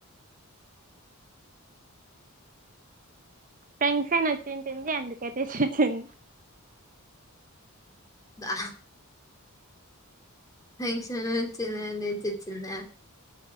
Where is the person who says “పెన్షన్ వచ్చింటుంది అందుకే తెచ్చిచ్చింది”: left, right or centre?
Right